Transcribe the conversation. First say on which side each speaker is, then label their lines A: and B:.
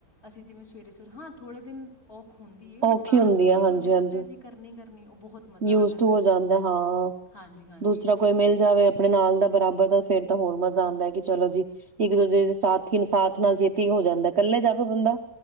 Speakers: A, on the left (about 30°); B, on the right (about 45°).
A: ਅਸੀਂ ਜਿਵੇਂ ਸਵੇਰੇ ਸਵੇਰੇ ਹਾਂ ਥੋੜੇ ਦਿਨ ਉਹ ਹੁੰਦੀ ਏ ਬਟ
B: ਔਖੀ
A: ਬਾਅਦ
B: ਹੁੰਦੀ
A: ਚੋਂ ਤਾਂ
B: ਆ
A: ਤੁਹਾਨੂੰ
B: ਹਾਂਜੀ ਹਾਂਜੀ
A: ਪਤਾ ਹੈ ਅਸੀਂ ਕਰਨੀ ਗ ਉ ਬਹੁਤ ਮਜ਼ਾ
B: ਯੂਜ
A: ਆਉਂਦਾ
B: ਟੂ ਹੋ ਜਾਂਦਾ ਹਾਂ
A: ਹਾਂਜੀ, ਹਾਂਜੀ।
B: ਦੂਸਰਾ ਕੋਈ ਮਿਲ ਜਾਵੇ ਆਪਣੇ ਨਾਲ ਦਾ ਬਰਾਬਰ ਦਾ ਫਿਰ ਫਿਰ ਤਾਂ ਹੋਰ ਮਜ਼ਾ ਆਉਂਦਾ ਹੈ ਕਿ ਚਲੋ ਜੀ ਇੱਕ ਦੂਜੇ ਦੇ ਸਾਥੀ ਸਾਥ ਨਾਲ ਚੇਤੀ ਹੋ ਜਾਂਦਾ ਇਕੱਲੇ ਜਾਵੇ ਬੰਦਾ